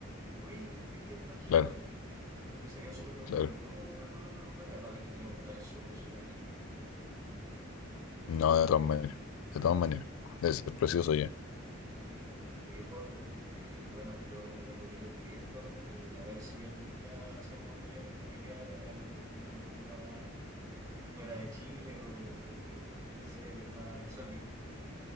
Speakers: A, on the right; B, on the left.
A: muy distinto a Chile,
B: claro,
A: Siento que sería súper nutritivo
B: claro.
A: recorrer los lugares, además de que tiene postales súper, súper lindas.
B: No, de todas maneras, de todas
A: Sí,
B: maneras. Debe ser precioso ya.
A: sí. Oye, Joaco, eh, bueno, yo me tengo que ir despidiendo. eh, a ver si algún día hacemos otro viaje familiar, a algún destino más fuera de Chile o, o, no sé, más exótico.